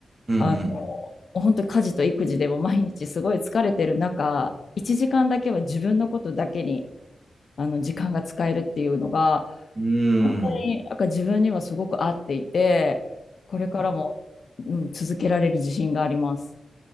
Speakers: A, on the right; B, on the left.
A: うんうん
B: あの、本当家事と育児でも毎日すごい疲れてる中、1時間だけは自分のことだけにあの時間が使えるっていうのが、
A: うん。うーん。
B: 本当になんか自分にはすごく合っていて、これからも、
A: うん
B: うん、続けられる自信があります。